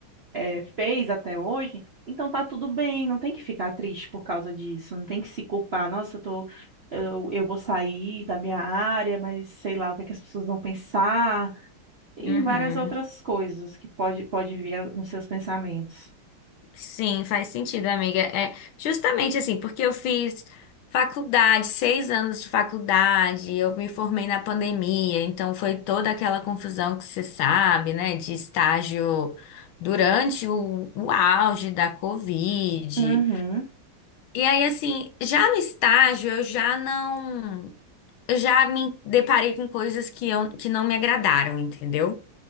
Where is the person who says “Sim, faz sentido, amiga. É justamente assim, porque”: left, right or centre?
Left